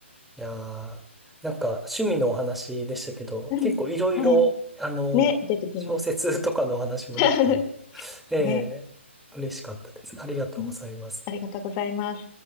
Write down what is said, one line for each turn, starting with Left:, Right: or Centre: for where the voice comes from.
Centre: いやー、なんか趣味のお話でしたけど、
Left: うん。
Centre: 結構いろいろ、
Left: はい。
Centre: あの、
Left: ね、出てきます。
Centre: 小説とかのお話もできた
Left: <laughs>
Centre: ええ、
Left: ね。
Centre: 嬉しかったです。ありがとうございます。
Left: うん。ありがとうございます。